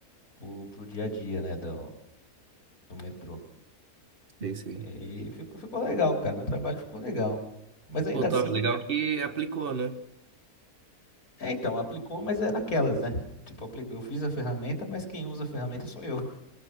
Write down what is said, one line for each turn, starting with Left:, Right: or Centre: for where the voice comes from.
Left: o dia a dia, né, do, do metrô.
Right: Sei, sei.
Left: E ficou, ficou legal, cara. Meu trabalho ficou legal. Mas ainda
Right: Pô,
Left: assim,
Right: top. Legal que aplicou, né?
Left: é então, aplicou, mas é naquelas, né? Tipo, aplicou, eu fiz a ferramenta, mas quem usa a ferramenta sou eu.